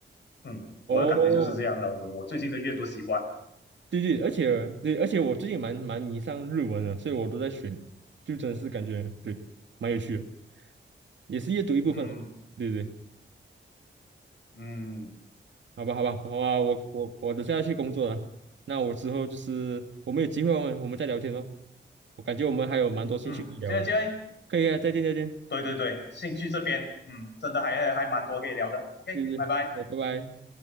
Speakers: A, on the left; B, on the right.
A: 嗯，我的感觉就是这样了。
B: 哦，
A: 我我最近的阅读习惯，
B: 对对，而且对，而且我最近蛮蛮迷上日文了，所以我都在学，就真是感觉对，蛮有趣的，也是阅读一部分了对对，
A: 嗯嗯，
B: 好吧好吧，好吧，我我我等下要去工作了，那我之后就是我们有机会我们我们再聊天哦，我感觉我们还有蛮多兴趣可以聊啊，
A: 嗯，这个这个，
B: 可以啊，再见再见，
A: 对对对，兴趣这边，嗯，真的还还蛮多可以聊的。OK，
B: 对对，
A: 拜拜。
B: 对拜拜。